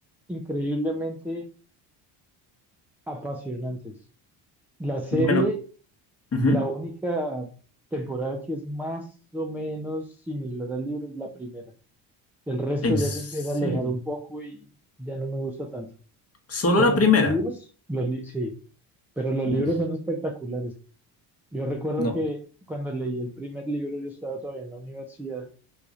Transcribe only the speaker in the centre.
increíblemente apasionantes. La serie,
la única temporada que es más o menos similar al libro es la primera. El resto
ya
se empieza a alejar un poco y ya no me gusta tanto.
Pero
los libros, los li- sí, pero los
libros son espectaculares. Yo recuerdo
que cuando leí el primer libro yo estaba todavía en la universidad